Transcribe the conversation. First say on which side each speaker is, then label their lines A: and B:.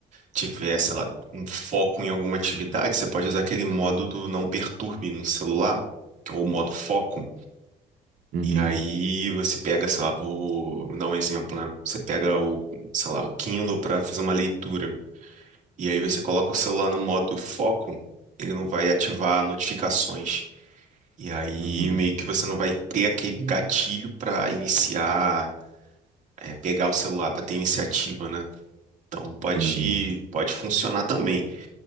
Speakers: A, on the right; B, on the right.
A: tiver, sei lá, um foco em alguma atividade, você pode usar aquele modo do não perturbe no celular, que é o modo foco.
B: Uhum.
A: E aí você pega, sei lá, vou dar um exemplo, né? Você pega o, sei lá, o Kindle para fazer uma leitura. E aí você coloca o celular no modo foco, ele não vai ativar notificações. E aí
B: Uhum.
A: meio que você não vai ter aquele gatilho para iniciar, é, pegar o celular para ter iniciativa, né? Então pode,
B: Entendi.
A: pode funcionar também.